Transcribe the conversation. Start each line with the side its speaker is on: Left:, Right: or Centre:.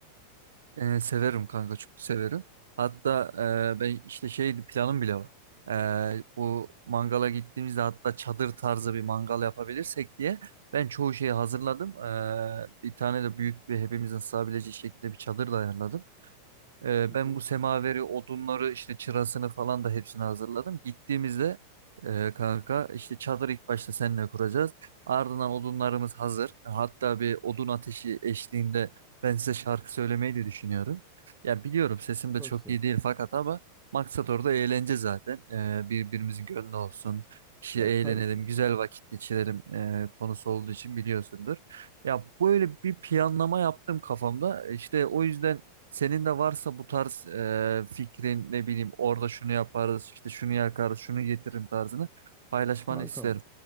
Right: Ee, severim kanka çok severim. Hatta e, ben işte şey planım bile var. Ee, bu mangala gittiğimizde hatta çadır tarzı bir mangal yapabilirsek diye ben çoğu şeyi hazırladım. Ee, bir tane de büyük bir hepimizin sığabileceği şekilde bir çadır da ayarladım. Ee,
Centre: Hı
Right: ben
Centre: hı.
Right: bu semaveri, odunları, işte çırasını falan da hepsini hazırladım. Gittiğimizde e, kanka işte çadır ilk başta seninle kuracağız. Ardından odunlarımız hazır. Hatta bir odun ateşi eşliğinde ben size şarkı söylemeyi de düşünüyorum. Ya biliyorum sesim de
Centre: Çok
Right: çok
Centre: güzel.
Right: iyi değil fakat ama maksat orada eğlence zaten. Ee, birbirimizin gönlü olsun. İşte
Centre: Ya
Right: eğlenelim,
Centre: tabii ki.
Right: güzel vakit geçirelim e, konusu olduğu için biliyorsundur. Ya böyle bir planlama yaptım kafamda. İşte o yüzden senin de varsa bu tarz e, fikrin ne bileyim orada şunu yaparız işte şunu yakarız şunu getiririm tarzını paylaşmanı
Centre: Kankam
Right: isterim.